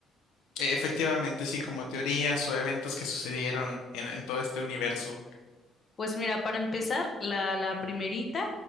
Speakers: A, on the left; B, on the left.
A: E- efectivamente, sí, como teorías o eventos que sucedieron en, en todo este universo.
B: Pues mira, para empezar, la, la primerita